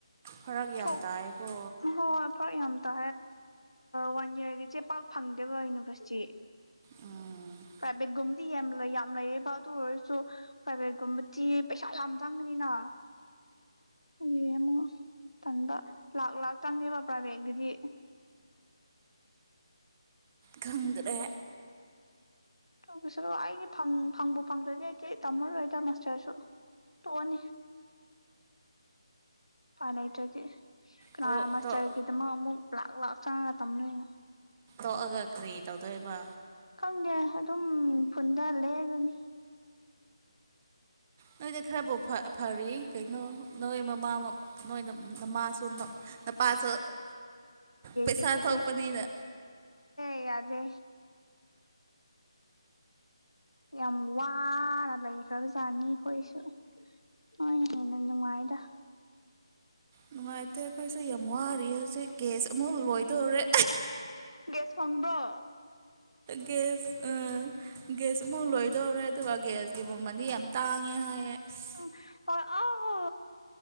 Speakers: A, on the right; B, on the left.
A: ꯐꯔꯛ ꯌꯥꯝ
B: ꯊꯣꯛ
A: ꯇꯥꯏꯀꯣ
B: ꯍꯣꯏ ꯐꯔꯛ ꯌꯥꯝ ꯇꯦ ꯋꯥꯟ ꯏꯌꯥꯔꯒꯤ ꯆꯦ ꯄꯥꯛ ꯐꯪꯗꯦꯕ ꯌꯨꯅꯤꯚꯔꯁꯤꯇꯤ꯫
A: ꯎꯝ
B: ꯄ꯭ꯔꯥꯏꯚꯦꯠꯀꯨꯝꯕꯗꯤ ꯌꯥꯝ ꯂꯩ ꯌꯥꯝ ꯂꯩꯌꯦꯕ ꯑꯗꯨ ꯑꯣꯏꯔꯁꯨ ꯄ꯭ꯔꯥꯏꯚꯦꯠꯀꯨꯝꯕꯗꯤ ꯄꯩꯁꯥ ꯌꯥꯝ ꯆꯪꯒꯅꯤꯅ꯫ ꯑꯦ ꯑꯃꯨ꯫ ꯆꯟꯕ ꯂꯥꯛ ꯂꯥꯛ ꯆꯪꯉꯦꯕꯥ ꯄ꯭ꯔꯥꯏꯚꯦꯠꯀꯤꯗꯤ꯫
A: ꯈꯪꯗ꯭ꯔꯦ꯫
B: ꯇ ꯑꯩꯒꯤ ꯐꯪꯕꯨ ꯐꯪꯗ꯭ꯔꯗꯤ ꯑꯩꯗꯤꯦ ꯇꯝꯃꯔꯣꯏꯗ ꯃꯥꯁꯇꯔꯁꯨ ꯇꯣꯛꯑꯅꯤ꯫ ꯐꯅ ꯂꯩꯇꯔ꯭ꯗꯤ꯫ ꯀꯅꯥꯅ
A: ꯇꯣꯛ
B: ꯃꯥꯁꯇꯔꯒꯤꯗꯃꯛ
A: ꯇꯣꯛ
B: ꯑꯃꯨꯛ꯫ ꯂꯥꯛ ꯂꯥꯛ ꯆꯪꯉꯒ ꯇꯝꯗꯨꯏꯅꯦ꯫
A: ꯊꯣꯛꯑꯒ ꯀꯔꯤ ꯇꯧꯗꯣꯏꯕ꯫
B: ꯈꯪꯗꯦ ꯑꯗꯨꯝ ꯈꯨꯟꯗ ꯂꯩꯒꯅꯤ꯫
A: ꯅꯣꯏꯗꯤ ꯈꯔꯐꯥꯎ ꯐꯔꯤ ꯀꯩꯅꯣ ꯅꯣꯏ ꯃꯃꯥ꯫ ꯅꯣꯏ ꯅꯃꯥꯁꯨ ꯅꯄꯥꯁꯨ ꯄꯩꯁꯥ
B: ꯑꯇ <unintelligible>
A: ꯊꯣꯛꯄꯅꯤꯅ
B: ꯌꯥꯗꯦ ꯌꯥꯗꯦ꯫ ꯌꯥꯝ ꯋꯥꯅ ꯂꯩꯈ꯭ꯔꯕꯖꯥꯅꯤ ꯑꯩꯈꯣꯏꯁꯨ ꯍꯣꯏ ꯍꯦꯟꯅ ꯅꯨꯡꯉꯥꯏꯗ
A: ꯅꯨꯡꯉꯥꯏꯇꯦ ꯑꯩꯈꯣꯏꯁꯨ ꯌꯥꯝ ꯋꯥꯔꯤ ꯍꯧꯖꯤꯛ꯫ ꯒ꯭ꯌꯥꯁ ꯑꯃꯨꯛ ꯂꯣꯏꯗꯣꯔꯦ
B: ꯒ꯭ꯌꯥꯁ ꯐꯪꯕ꯭ꯔꯣ
A: ꯒ꯭ꯌꯥꯁ꯫ ꯒ꯭ꯌꯥꯁ ꯑꯃꯐꯥꯎꯛ ꯂꯣꯏꯗꯧꯔꯦ ꯑꯗꯨꯒ ꯒ꯭ꯌꯥꯁꯀꯤ ꯃꯃꯜꯗꯤ ꯌꯥꯝ ꯇꯥꯡꯉꯦ ꯍꯥꯏꯌꯦ꯫ ꯑꯁ
B: ꯎ ꯍꯣꯏ ꯑꯥꯎ ꯑ